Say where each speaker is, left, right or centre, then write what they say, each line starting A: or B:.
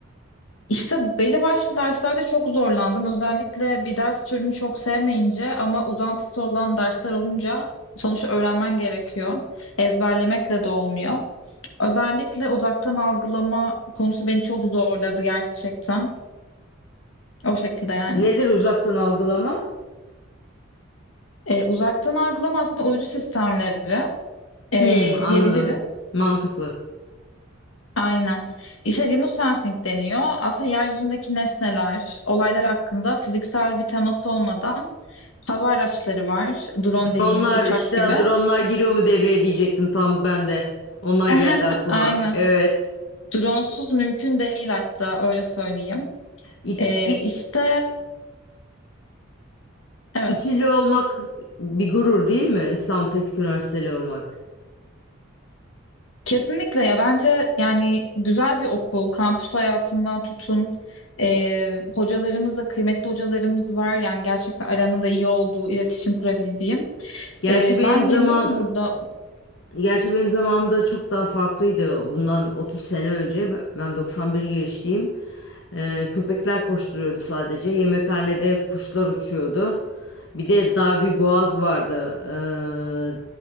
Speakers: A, on the left; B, on the left.
A: İşte belli başlı derslerde çok zorlandım. Özellikle bir ders türünü çok sevmeyince ama uzantısı olan dersler olunca sonuçta öğrenmen gerekiyor. Ezberlemekle de olmuyor. Özellikle uzaktan algılama konusu beni çok zorladı gerçekten. O şekilde yani.
B: Nedir uzaktan algılama?
A: Ee, uzaktan algılama aslında uydu sistemleri
B: Hmm,
A: ee,
B: anladım.
A: diyebiliriz.
B: Mantıklı.
A: Aynen. İşte remote sensing deniyor. Aslında yeryüzündeki nesneler, olaylar hakkında fiziksel bir temas olmadan hava araçları var. Drone
B: Dronlar
A: dediğimiz uçak
B: işte
A: gibi.
B: dronlar giriyor mu devreye diyecektim tam ben de. Onlar
A: <laughs>
B: geldi aklıma.
A: Aynen.
B: Evet.
A: Dronesuz mümkün değil hatta öyle söyleyeyim.
B: İt,
A: Ee,
B: İ-
A: işte evet.
B: İTÜ'lü olmak bir gurur değil mi? İstanbul Teknik Üniversiteli olmak.
A: Kesinlikle ya bence yani güzel bir okul, kampüs hayatından tutun. Ee, hocalarımız da kıymetli hocalarımız var. Yani gerçekten aramında iyi olduğu, iletişim kurabildiğim.
B: Gerçi
A: Ee,
B: benim
A: ben
B: zaman
A: memnunum burada
B: Gerçi benim zamanımda çok daha farklıydı. Bundan 30 sene önce ben ben 91 girişliyim. Ee, köpekler koşturuyordu sadece. Yemekhanede kuşlar uçuyordu. Bir de dar bir boğaz vardı. Ee,